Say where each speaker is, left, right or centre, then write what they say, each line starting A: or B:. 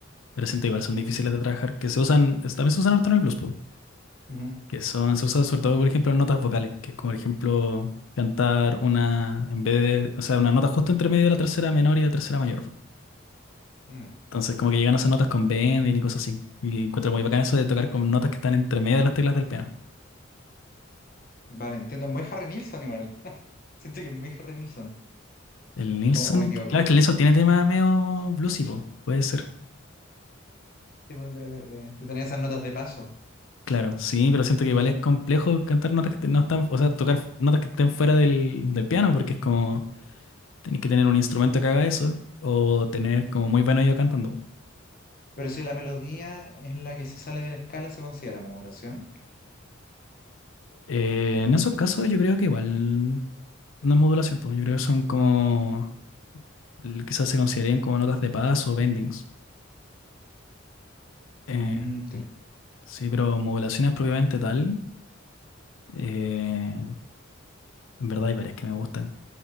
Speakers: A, on the left; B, on the left.
A: pero siento igual son difíciles
B: Ujú,
A: de trabajar, que se usan, es- también se usan harto en el blues, po,
B: ujú,
A: que son, se usan sobre todo, por ejemplo, en notas vocales, que es como, por ejemplo, cantar una, en vez de, o sea, una nota justo entre medio de la tercera menor y la tercera mayor, po.
B: mm.
A: Entonces, como que llegan a esas notas con bending y cosas así. Y encuentro muy bacán eso de tocar con notas que están entre medio de las teclas del piano.
B: Vale, entiendo. Muy Harry Nilsson igual. <laughs> Siento que es muy Harry Nilsson.
A: El Nilsson,
B: O, o me equivoco.
A: que- claro que el Nilsson tiene tema medio bluesy, po, puede ser.
B: Tipo de, de de- de tener esas notas de paso.
A: Claro, sí, pero siento que igual es complejo cantar notas que te- no están, o sea, tocar notas que estén fuera del, del piano, porque es como, tenés que tener un instrumento que haga eso, o tener como muy buen oído cantando. po.
B: Pero si la melodía es la que se sale de la escala, ¿se considera modulación?
A: Eh, en esos casos yo creo que igual no es modulación, pues yo creo que son como, l- quizás se considerarían como notas de paz o bendings. Eh,
B: Mm, te-
A: sí, pero modulaciones propiamente tal, eh, en verdad hay varias que me gustan,